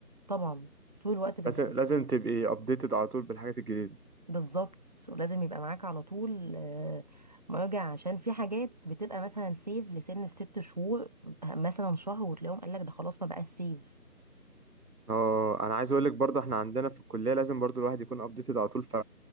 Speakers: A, on the right; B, on the right.
A: طبعا طول الوقت بتزيد
B: لازم لازم تبقي ابديتد على طول بالحاجات الجديدة
A: بالظبط ولازم يبقى معاك على طول آه، مراجع عشان في حاجات بتبقى مثلا سيف لسن الست شهور مثلا شهر وتلاقيهم قال لك ده خلاص ما بقاش سيف
B: اه انا عايز اقول لك برضه احنا عندنا في الكلية لازم برضه الواحد يكون ابديتد على طول ف